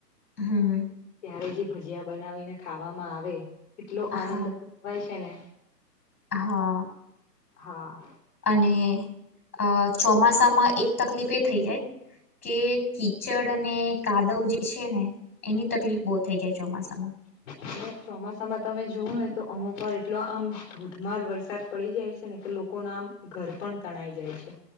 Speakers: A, on the left; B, on the left.
A: હમ
B: તારે જે ભજીયા બનાવીને ખાવામાં આવે. એટલો આનંદવાય
A: હા
B: છે ને!
A: હા
B: હા
A: અને અ ચોમાસામાં એક તકલીફ એ થઇ જાય કે કીચડ અને કાદવ જે છે ને, એની તકલીફ બહુ થઈ જાય ચોમાસામાં.
B: હ <unintelligible> ને ચોમાસામાં તમે જુઓ ને તો અમુક વાર એટલો આમ ધોધમાર વરસાદ પડી જાય છે ને કે લોકો નામ ઘર પણ તણાઈ જાય છે